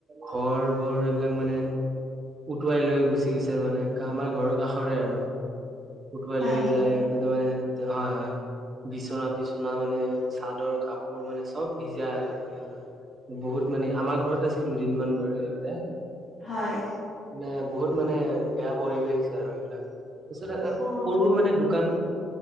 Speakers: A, on the right; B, on the left.
A: ঘৰবোৰ এইবিলাক মানে উটুৱাই লৈ গুচি গৈছিল মানে আমাৰ ঘৰৰ কাষৰে আৰু। উটুৱাই
B: হয়
A: লৈ
B: নেকি
A: যায় তাতে মানে হয় হয়। বিচনা টিচনা মানে চাদৰ কাপোৰ মানে চব ভিজাই আৰু সিহতৰ। বহুত মানে আমাৰ ঘৰত আছিল দুদিনমান বাৰু সিহঁতে।
B: হয়।
A: মানে বহুত মানে বেয়া পৰিৱেশ আৰু এইবিলাক। তাৰপিছত
B: অ
A: সৰু মানে দোকান